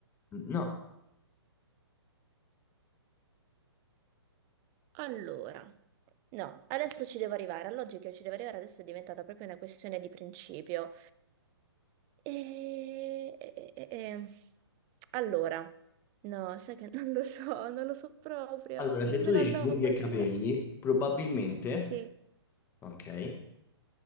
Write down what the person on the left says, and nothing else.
No.
Allora, se
tu dici
unghie
e capelli, probabilmente,
ok, eh,